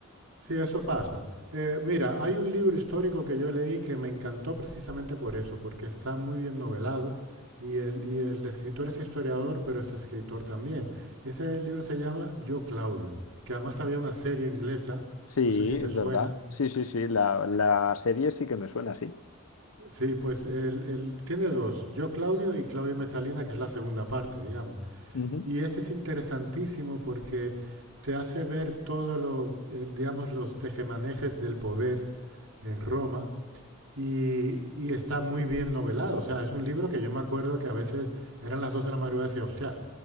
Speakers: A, on the right (about 75°); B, on the left (about 85°).
A: sí, eso pasa. Eh, mira, hay un libro histórico que yo leí que me encantó precisamente por eso, porque está muy bien novelado y el, y el escritor es historiador, pero es escritor también. Y ese libro se llama Yo, Claudio, que además había una serie inglesa,
B: Sí,
A: no sé si
B: es
A: te suena.
B: verdad. Sí, sí, sí. La, la serie sí que me suena así.
A: Sí, pues él, él tiene dos, yo Claudio y Claudio y Mesalina, que es la segunda parte, digamos.
B: Ujú.
A: Y ese es interesantísimo porque te hace ver todo lo, el- digamos, los tejemanejes del poder en Roma y, y está muy bien novelado. O sea, es un libro que yo me acuerdo que a veces eran las 2 de la madrugada y decía, hostia,